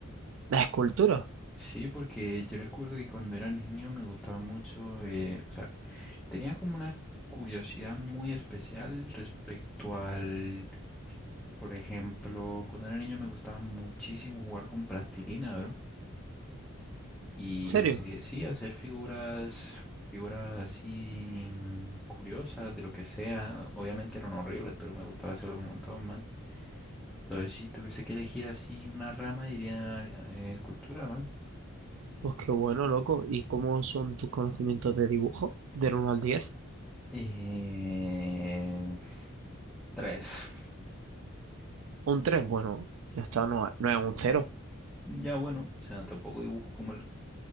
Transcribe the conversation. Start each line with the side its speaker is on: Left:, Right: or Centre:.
Right: ¿La escultura?
Centre: sí, porque yo recuerdo que cuando era niño me gustaba mucho, eh, o sea, tenía como una curiosidad muy especial respecto al, por ejemplo, cuando era niño me gustaba muchísimo jugar con plastilina, ¿no? Y
Right: ¿En serio?
Centre: hacer, sí, hacer figuras, figuras así mm, curiosas, de lo que sea, obviamente eran horribles, pero me gustaba hacerlo un montón, man. Entonces, si tuviese que elegir así una rama, diría eh, escultura, man.
Right: Pues qué bueno, loco. ¿Y cómo son tus conocimientos de dibujo? Del uno al 10.
Centre: Eh, tres.
Right: Un 3 bueno, ya está, no, no es un cero
Centre: Ya bueno, o sea, tampoco dibujo como el